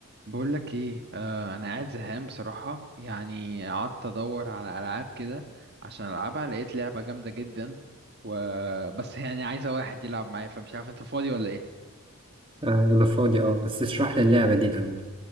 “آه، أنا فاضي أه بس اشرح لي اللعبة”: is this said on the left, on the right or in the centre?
Right